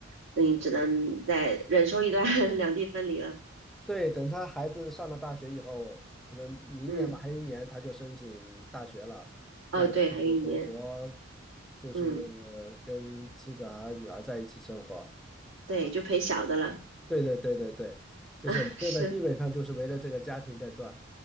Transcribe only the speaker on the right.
那你只能再忍受一段 <laughs> 两地分离了。
嗯，
哦，
对，还有一年。
嗯，
对，
就陪小的了。
<laughs> 是。